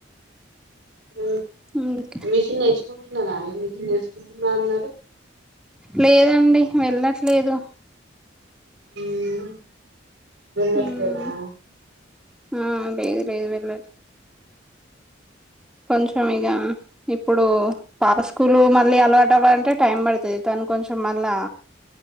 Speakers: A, on the right; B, in the centre.
A: ఉ
B: ఇంకా
A: మిషన్ నేర్చుకుంటున్నారా అండి మిషన్ నేర్చుకుంటున్నా అన్నారు
B: లేదండి వెళ్లట్లేదు
A: ఊ వెళ్లట్లేదా
B: మ్మ్ ఆ లేదు లేదు వెళ్ళలి కొంచెం ఇగ ఇప్పుడు పాప స్కూలు మళ్ళీ అలవాటు అవాలంటే టైం పడుతుది తను కొంచెం మళ్ళా